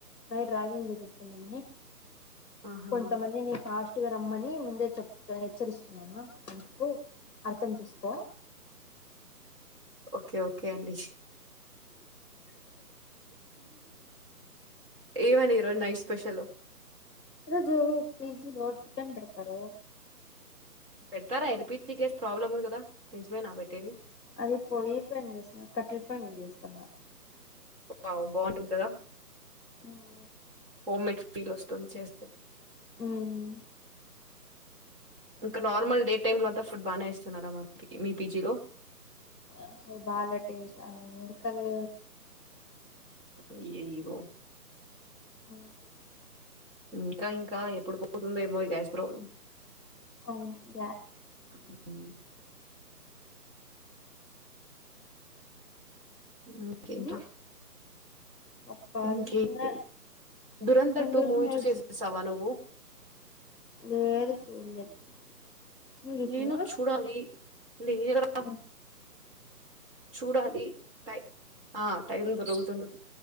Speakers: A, on the left; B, on the right.
A: నైట్ రాగింగ్ చేసుకుందామని.
B: ఆహా
A: కొంతమందిని ఫాస్ట్ గా రమ్మని ముందే చెప్ హెచ్చరిస్తున్నామా అందుకు అర్థం చేసుకో
B: ఓకే ఓకే అండి. ఏమనీ ఈరోజు నైట్ స్పెషలు.
A: ఈ రోజు పీజీలో చికెన్ పెడతారు.
B: పెడతారా ఎల్పిజీ గ్యాస్ ప్రాబ్లమ్ ఉంది కదా. నిజమేనా పెట్టేది?
A: అది పొయ్యి పైన చేస్తున్నారు, కట్టెల పొయ్యి మీద చేస్తు న్నారు.
B: వావ్ బావుంటుంది కదా.
A: ఉ
B: హోమ్ మేడ్ ఫీల్ వస్తుంది చేస్తే.
A: మ్మ్
B: ఇంకా నార్మల్ డే టైమ్ లో అంతా ఫుడ్ బాగానే ఇస్తున్నారా మన మీ పీజీలో.
A: అసలు బాలే టేస్ట్ అన్నం ఉడకదు.
B: మీరు
A: అ
B: ఇంకా ఇంకా ఎప్పుడు పోతుందేమో ఈ గ్యాస్ ప్రాబ్లం.
A: అవును గ్యా
B: హుహ్ ఇంకేంట్రా
A: మ్మ్ చెప్పాలి
B: ఇంకేంటి
A: నువ్వే
B: దూరంధర్
A: ఏం
B: టూ
A: చేసినావ్
B: మూవీ చూసేసవా
A: ఈరోజు
B: నువ్వు.
A: లేదు చూడలేదు. నువ్వు చూసినావా
B: నేను చూడాలి. లేద్రా
A: నాకు
B: చూడాలి టైం ఆ టైం దొరుకుతుంది.